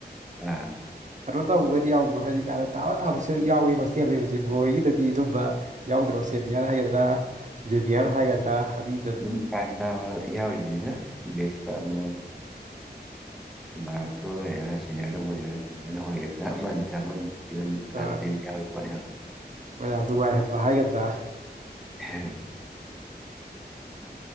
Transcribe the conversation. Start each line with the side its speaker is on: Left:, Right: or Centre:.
Centre: ꯑꯥ
Right: ꯀꯩꯅꯣ ꯇꯧꯕꯒꯗꯤ ꯌꯥꯎꯗ꯭ꯔꯣ ꯍꯥꯏꯗꯤ ꯀꯥꯔꯟ ꯇꯥꯕ ꯇꯥꯕꯁꯨ ꯌꯥꯎꯏ ꯍꯣꯁꯇꯦꯜ ꯂꯩꯕꯁꯦ ꯕ꯭ꯔꯣ ꯍꯣꯏꯒꯤꯗꯗꯤ ꯑꯗꯨꯝꯕ ꯌꯥꯎꯗ꯭ꯔꯣ ꯁꯦꯅꯤꯌꯔ ꯍꯥꯏꯒꯗ꯭ꯔꯥ ꯖꯨꯅꯤꯌꯔ ꯍꯥꯏꯒꯗ꯭ꯔꯥ ꯍꯥꯏꯗꯤ
Centre: ꯑꯗꯨꯝ ꯀꯥꯔꯟ ꯇꯥꯕ ꯌꯥꯎꯔꯤꯃꯤꯗ ꯕꯦꯁꯇ ꯑꯃꯝ ꯏꯃꯥꯟꯅꯞꯇꯥ ꯑꯣꯏꯒꯦꯔꯥ ꯁꯦꯅꯤꯌꯔꯗꯕꯨ ꯑꯣꯏꯒꯦꯔꯥ ꯖꯨꯅꯤꯌꯔꯗ ꯑꯣꯏꯒꯦꯔꯥ <inaudible> ꯑꯗꯨꯝ
Right: ꯑ
Centre: ꯈꯔꯗꯤ ꯌꯥꯎꯔꯄꯅꯦꯕ
Right: ꯃꯌꯥꯝ ꯅꯨꯡꯉꯥꯏꯍꯟꯕ ꯍꯥꯏꯒꯗ꯭ꯔꯥ
Centre: <unintelligible>